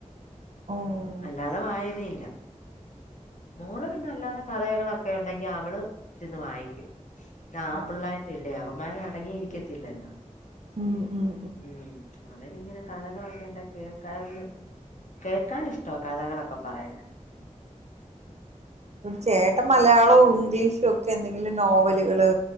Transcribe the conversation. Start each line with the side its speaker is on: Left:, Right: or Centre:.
Right: ഓഹ്
Left: അല്ലാതെ വായനയില്ല മോള് പിന്നെ അല്ലാതെ കഥകളൊക്കെ ഉണ്ടെങ്കി അവള് ഇരുന്ന് വായിക്കും ല ആൺപിള്ളേർ
Right: ആഹ്
Left: അവൻമ്മാര് അടങ്ങിയിരിക്കത്തില്ലല്ലോ
Right: ഉം ഉം
Left: ഉം അതെ ഇങ്ങനെ കഥകളൊക്കെ ണ്ട് കേക്കാന്ന് കേൾക്കാന് ഇഷ്ടാ കഥകളൊക്കെ പറയുന്നത്
Right: ഇവിടെ ചേട്ടൻ മലയാളോം ഇംഗ്ലീഷ് ഒക്കെ എന്തെ <unintelligible> നോവലുകള്